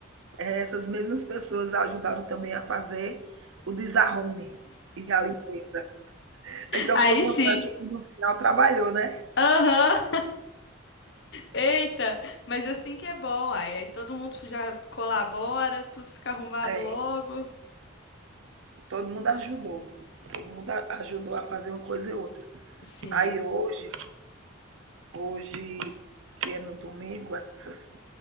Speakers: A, on the right; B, on the left.
A: é, essas mesmas pessoas ajudaram também a fazer o desarrume e a limpeza. Então
B: Aí
A: foi uma
B: sim.
A: festa que no final trabalhou, né?
B: Aham. Eita, mas assim que é bom, aí, aí todo mundo já colabora, tudo fica arrumado
A: É,
B: logo.
A: todo mundo ajudou. Todo mundo ajudou a fazer uma coisa e outra.
B: Sim.
A: Aí hoje, hoje que é no domingo, essas